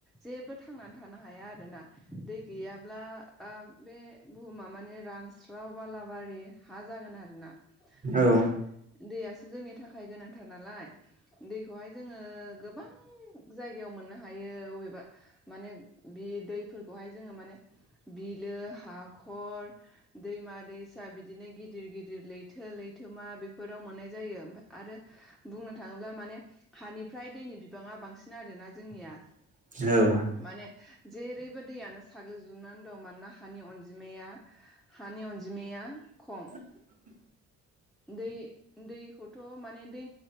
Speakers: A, in the centre; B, on the right (about 25°).
A: जेबो थांनानै थानो हाया आरो ना दै गैयाब्ला ओ बे बुहुमा माने रानस्रा व बालाबारि हा जागोन आरोना माने
B: औ
A: दैया जोंनि थाखाय गोनांथार नालाय दैखौहाय जोङो गोबां जायगायाव मोननो हायो अबेबा माने बे दैफोरखौहाय जोङो माने बिलो हाखर दैमा दैसा बिदिनो गिदिर गिदिर लैथो लैथोमा बेफोराव मोननाय जायो ओमफाय आरो बुंनो थाङो माने हानिफ्राय दैनि बिबाङा बांसिन आरोना जोंनिया।
B: औ
A: माने जेरैबो दैयानो साग्लोबजोबनानै दं मानोना हानि अनजिमाया हानि अनजिमाया या खम।
B: <inaudible>
A: दै दैखौथ' माने दै